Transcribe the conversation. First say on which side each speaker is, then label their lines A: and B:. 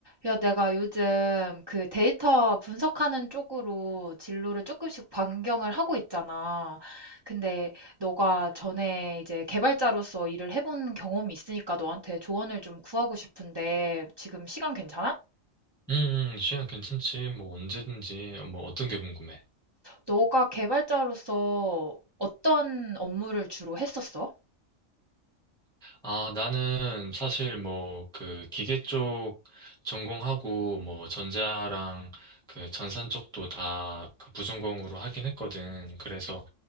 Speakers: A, on the right; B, in the centre.
A: 야, 내가 요즘 그 데이터 분석하는 쪽으로 진로를 조금씩 변경을 하고 있잖아. 근데 너가 전에 이제 개발자로서 일을 해본 경험이 있으니까 너한테 조언을 좀 구하고 싶은데 지금 시간 괜찮아?
B: 음, 시간 괜찮지. 뭐, 언제든지. 뭐, 어떤 게 궁금해?
A: 너가 개발자로서 어떤 업무를 주로 했었어?
B: 아, 나는 사실 뭐, 그, 기계 쪽 전공하고, 뭐, 전자랑 그 전산 쪽도 다 그 부전공으로 하긴 했거든. 그래서